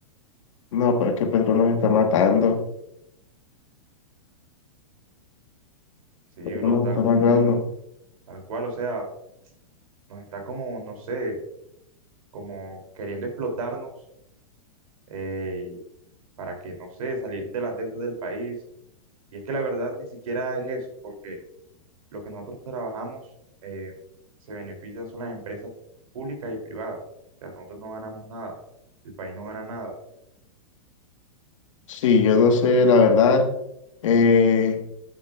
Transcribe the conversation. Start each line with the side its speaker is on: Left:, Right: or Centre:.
Left: No, pero es que Pedro nos está matando.
Right: Sí,
Left: Pedro
Right: bro,
Left: nos
Right: tal,
Left: está matando.
Right: tal cual, o sea, nos está como, no sé, como queriendo explotarnos eh, para que, no sé, salir de las deudas del país. Y es que la verdad ni siquiera es eso, porque lo que nosotros trabajamos eh, se benefician son las empresas públicas y privadas. O sea, nosotros no ganamos nada, el país no gana nada.
Left: Sí, yo no sé, la verdad. eh,